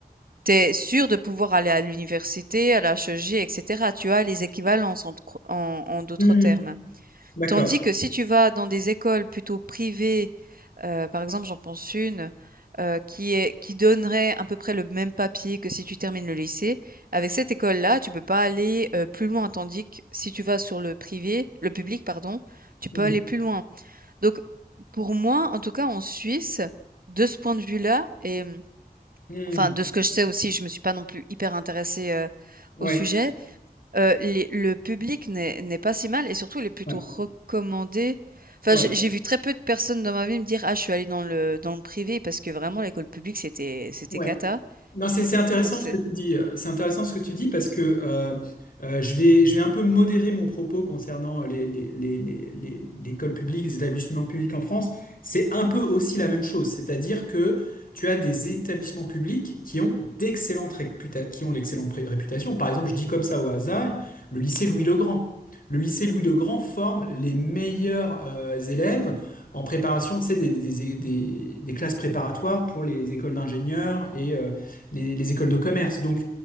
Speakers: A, on the right (about 65°); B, on the left (about 60°).
A: tu es sûr de pouvoir aller à l'université, à la HEG, et cetera. Tu as les équivalences en, tro- en, en d'autres
B: Mm.
A: termes.
B: D'accord.
A: Tandis que si tu vas dans des écoles plutôt privées, euh, par exemple, j'en pense une euh, qui est qui donnerait à peu près le même papier que si tu termines le lycée. Avec cette école-là, tu peux pas aller euh, plus loin. Tandis que si tu vas sur le privé, le public, pardon, tu peux
B: Mm.
A: aller plus loin. Donc, pour moi, en tout cas, en Suisse, de ce point de vue-là, et
B: Mm.
A: Enfin, de ce que je sais aussi, je me suis pas non plus hyper intéressée, heu,
B: Ouais.
A: au sujet. Heu, les le public n'est n'est pas si mal et surtout, il est plutôt
B: Ouais,
A: recommandé. Enfin,
B: ouais,
A: j'ai j'ai vu très peu de personnes dans ma vie me dire: «Ah, je suis allée dans le dans le privé» parce que vraiment l'école publique, c'était c'était
B: ouais.
A: cata.
B: Non, c'est c'est intéressant
A: Donc c'est
B: ce que tu dis. euh, C'est intéressant ce que tu dis parce que euh, euh, je vais je vais un peu modérer mon propos concernant les les les les les- l'école publique, les établissements publics en France. C'est un peu aussi la même chose, c'est-à-dire que tu as des établissements publics qui ont d'excellentes réputa- qui ont l'excellente pré- réputation. Par exemple, je dis comme ça au hasard, le lycée Louis-le-Grand. Le lycée Louis-le-Grand forme les meilleurs euh, élèves en préparation, tu sais, des, des, des, des classes préparatoires pour les écoles d'ingénieurs et, euh, les, les écoles de commerce. Donc,